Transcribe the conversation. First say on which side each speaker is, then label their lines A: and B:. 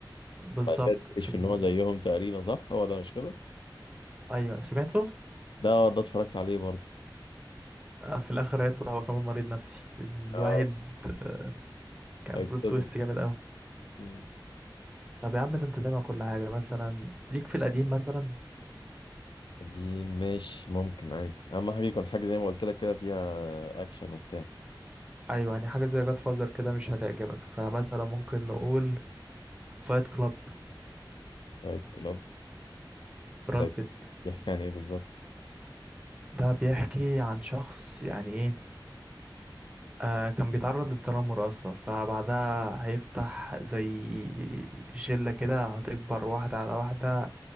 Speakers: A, on the right; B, on the left.
A: بالظبط
B: كده
A: في
B: بيكتشف
A: ال...
B: ان هو زيهم تقريبا صح هو ده مش كده
A: ايوه سمعته
B: ده آه، ده اتفرجت عليه برضه
A: آه، في الاخر هيطلع هو كمان مريض نفسي الواحد
B: اه
A: آه، كان
B: هيتصدم.
A: بلوت تويست جامد قوي
B: مم.
A: طب يا عم ده انت سامع كل حاجه مثلا ليك في القديم مثلا
B: قديم ماشي ممكن عادي اهم حاجة يكون حاجة زي ما قلت لك كده فيها اكشن وبتاع
A: ايوه يعني حاجه زي جاد فازر كده مش هتعجبك فمثلا ممكن نقول فايت كلاب
B: فايت كلاب
A: براد
B: ده
A: بيت
B: بيحكي عن ايه بالظبط
A: ده بيحكي عن شخص يعني ايه آه كان بيتعرض للتنمر اصلا فبعدها هيفتح زي شلة كده هتكبر واحدة على واحدة